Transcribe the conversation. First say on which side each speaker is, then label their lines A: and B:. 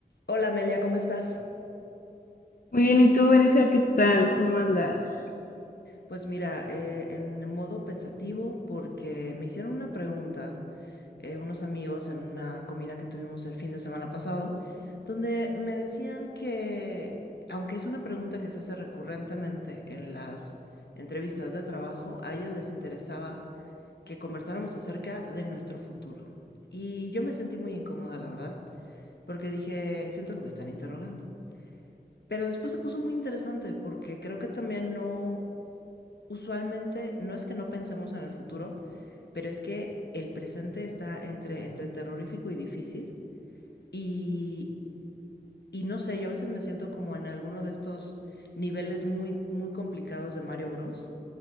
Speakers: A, on the left; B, on the left.
A: Hola Amelia, ¿cómo estás?
B: Muy bien, ¿y tú, Elisa, qué tal? ¿Cómo andas?
A: Pues mira, eh, en modo pensativo porque me hicieron una pregunta eh, unos amigos en una comida que tuvimos el fin de semana pasado, donde me decían que, aunque es una pregunta que se hace recurrentemente en las entrevistas de trabajo, a ellos les interesaba que conversáramos acerca de nuestro futuro. Y yo me sentí muy incómoda, la verdad, porque dije, siento que me están interrogando. Pero después se puso muy interesante porque creo que también no... Usualmente no es que no pensemos en el futuro, pero es que el presente está entre, entre terrorífico y difícil. Y, y no sé, yo a veces me siento como en alguno de estos niveles muy, muy complicados de Mario Bros,